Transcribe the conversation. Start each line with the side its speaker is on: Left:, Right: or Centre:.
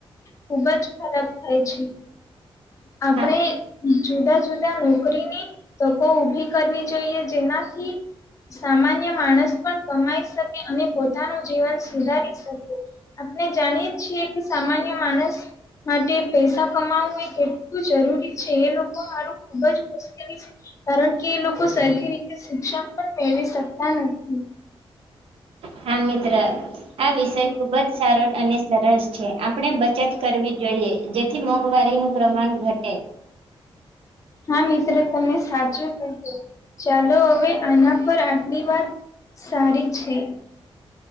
Left: ખુબ જ ખરાબ થાય છે. આપણે
Right: હા
Left: જુદા-જુદા નોકરીની તો કો ઊભી કરવી જોઈએ, જેનાથી સામાન્ય માણસ પણ કમાઈ શકે, અને પોતાનું જીવન સુધારી શકે. આપણે જાણીએ છીએ કે, સામાન્ય માણસ માટે પૈસા કમાવવું એ કેટલું જરૂરી છે, એ લોકો માારું ખુબ જ મુશ્કેલી કારણ કે, એ લોકો સરખી રીતે શિક્ષણ પણ મેળવી શકતા નથી.
Right: હા, મિત્ર, આ વિષય ખુબ જ સારો અને સરસ આપણે બચત કરવી જોઈએ, જેથી મોંઘવારી નું પ્રમાણ ઘટે.
Left: હા, મિત્રો. તને સાચું કહ્યું, ચાલો, હવે આના પર આટલી વાત સારી છે.